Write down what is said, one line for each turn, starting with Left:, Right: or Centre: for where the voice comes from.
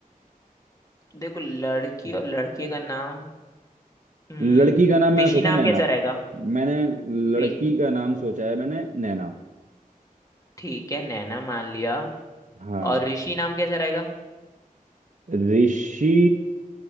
Left: देखो लड़की और लड़के का नाम हम्म
Right: लड़की का नाम मैंने
Left: ऋषि
Right: सोचा
Left: नाम
Right: है नैना
Left: कैसा रहेगा
Right: मैंने
Left: रि-
Right: लड़की का नाम सोचा है मैंने नैना
Left: ठीक है नैना मान लिया
Right: हाँ
Left: और ऋषि नाम कैसा रहेगा
Right: ऋषि